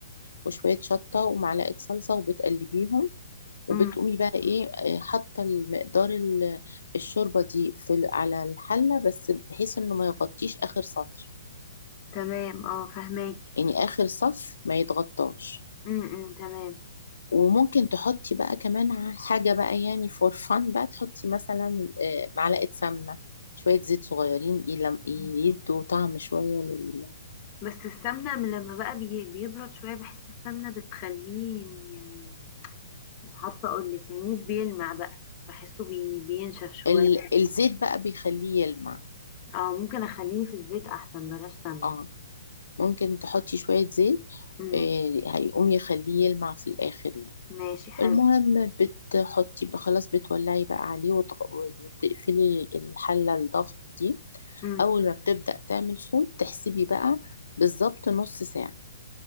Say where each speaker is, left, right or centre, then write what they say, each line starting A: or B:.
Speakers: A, on the left (about 85°); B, on the left (about 30°).
A: وشوية شطة ومعلقة صلصة وبتقلبيهم وبتقومي
B: امم
A: بقى ايه آه، حاطة المقدار ال- الشوربة دي في ال- على الحلة بس بحيث انه ما يغطيش اخر سطر
B: تمام اه فهماكي
A: يعني اخر صف ما يتغطاش
B: امم تمام
A: وممكن تحطي بقى كمان ع- حاجة بقى يعني فور فان بقى تحطي مثلا آه، معلقة سمنة شوية زيت صغيرين يلم-
B: مم.
A: يدوا طعم شوية لل...
B: بس السمنة من لما بقى بي- بيبرد شوية بحس السمنة بتخليه يعني مش عارفة اقولك يعني مش بيلمع بقى بحسه بي بينشف شوية
A: ال... الزيت بقى بيخليه يلمع
B: اه ممكن اخليه في الزيت احسن بلاش سمنة
A: اه ممكن تحطي شوية زيت
B: امم
A: آه، هيقوم يخليه يلمع في الآخر يعني
B: ماشي حلو
A: المهم بتحطي بقى خلاص بتولعي بقى عليه وتغ... وتقفلي الحلة الضغط دي
B: امم
A: أول ما بتبدأ تعمل صوت تحسبي بقى بالظبط نص ساعة